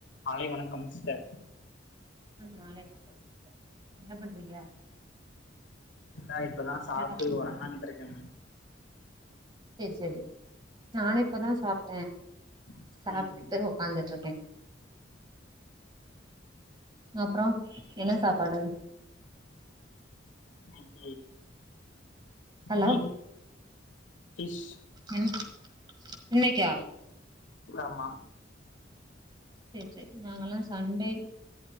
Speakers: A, on the left; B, on the right.
A: பாலைவன கம்ஸ்ட
B: ம் மாலை வணக்கம் என்ன பண்றீங்க
A: தா இப்பதா சாப்ட்டு
B: ஆ
A: ஒறங்கலான்ட்ருக்கேங்க
B: சேர் செரி நானு இப்பதா சாப்ட்டே
A: ம்
B: சாப்டுட்டு
A: ம்
B: ஒக்காந்துட்ருக்கே அப்றொ என்ன சாப்பாடு
A: <inaudible>
B: ஹலோ
A: மீன் ஃபிஷ்
B: என் இன்னைக்கா?
A: ஆமா
B: சேர் சேர் நாங்கலா சண்டே